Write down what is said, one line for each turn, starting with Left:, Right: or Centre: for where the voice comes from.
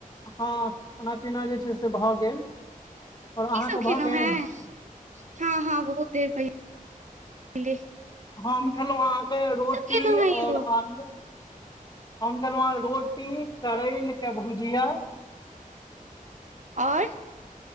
Left: हँ खाना पीना जे छै से भऽ गेल आओर
Right: की
Left: अहाँके
Right: सब खेलहु
Left: भऽ गेल
Right: है हँ - हँ बहुत देर पै ले
Left: हम खेलहुँ अहाँकेँ रोटी
Right: खेलहुँ
Left: आओर
Right: हेँ यौ
Left: आलू हम खेलू अहाँ कऽ रोटी करैल केँ भुजिया
Right: आओर